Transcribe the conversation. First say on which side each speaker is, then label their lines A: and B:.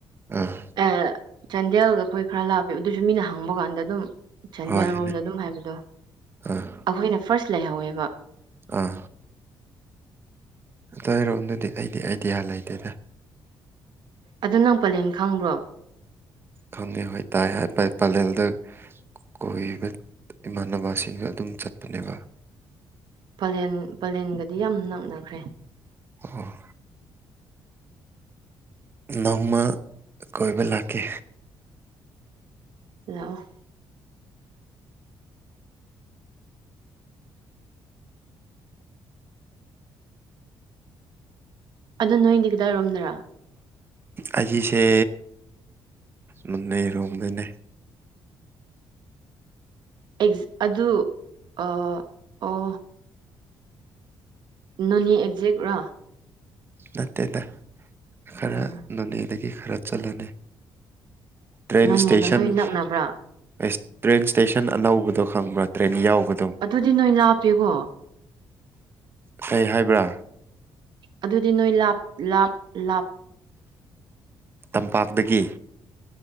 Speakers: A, on the right (about 25°); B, on the right (about 60°).
A: ꯎꯝ
B: ꯑꯥ ꯆꯥꯟꯗꯦꯜꯒ ꯑꯩꯈꯣꯏ ꯈꯔ ꯂꯥꯛꯄꯦꯕ ꯑꯗꯨꯁꯨ ꯃꯤꯅ ꯍꯪꯕ ꯀꯥꯟꯗ ꯑꯗꯨꯝ ꯆꯥꯟꯗꯦꯜ
A: ꯍꯣꯏꯅꯦ
B: ꯔꯣꯝꯗ ꯑꯗꯨꯝ ꯍꯥꯏꯕꯗꯣ
A: ꯑꯥ
B: ꯑꯈꯣꯏꯅ ꯐꯥꯔꯁ ꯂꯩꯍꯧꯋꯦꯕ
A: ꯑꯥ ꯅꯣꯏꯔꯣꯝꯗꯗꯤ ꯑꯩꯗꯤ ꯑꯥꯏꯗꯤꯌꯥ ꯂꯩꯇꯦꯗ
B: ꯑꯗꯨ ꯅꯪ ꯄꯂꯦꯟ ꯈꯪꯕ꯭ꯔꯣ
A: ꯈꯪꯗꯦ ꯍꯣꯏ ꯇꯥꯏ <unintelligible> ꯄꯥꯂꯦꯜꯗ ꯀꯣꯏꯕ ꯏꯃꯥꯟꯅꯕꯁꯤꯡꯒ ꯑꯗꯨꯝ ꯆꯠꯄꯅꯦꯕ
B: ꯄꯂꯦꯟ ꯄꯂꯦꯟꯒꯗꯤ ꯌꯥꯝ ꯅꯛꯅꯈ꯭ꯔꯦ
A: ꯑꯣ ꯅꯣꯡꯃꯥ ꯀꯣꯢꯕ ꯂꯥꯛꯀꯦ
B: ꯂꯥꯛꯑꯣ ꯑꯗꯨ ꯅꯣꯏꯗꯤ ꯀꯗꯥꯏꯔꯣꯝꯗꯔꯥ
A: ꯑꯩꯒꯤꯁꯦ ꯅꯣꯅꯦ ꯔꯣꯝꯗꯩꯅꯦ
B: ꯑꯩꯒꯤ ꯑꯗꯨ ꯑꯥ ꯑꯣ ꯅꯣꯅꯦ ꯑꯦꯛꯖꯦꯛ ꯔꯥ
A: ꯅꯠꯇꯦꯗ ꯈꯔ
B: ꯎꯝ
A: ꯅꯣꯅꯦꯗꯒꯤ ꯈꯔ ꯆꯠꯂꯅꯤ ꯇ꯭ꯔꯦꯟ
B: ꯅꯣꯅꯦꯒ
A: ꯁ꯭ꯇꯦꯁꯟ
B: ꯅꯣꯏ ꯅꯛꯅꯕ꯭ꯔꯥ
A: <unintelligible> ꯇ꯭ꯔꯦꯟ ꯁ꯭ꯇꯦꯁꯟ ꯑꯅꯧꯕꯗꯣ ꯈꯪꯕ꯭ꯔꯥ ꯇ꯭ꯔꯦꯟ ꯌꯥꯎꯕꯗꯣ
B: ꯑꯗꯨꯗꯤ ꯅꯣꯏ ꯂꯥꯞꯄꯦꯀꯣ
A: ꯀꯩ ꯍꯥꯏꯕ꯭ꯔꯥ
B: ꯑꯗꯨꯗꯤ ꯅꯣꯏ ꯂꯥꯞ ꯂꯥꯞ ꯂꯥꯞ
A: ꯇꯝꯄꯥꯛꯇꯒꯤ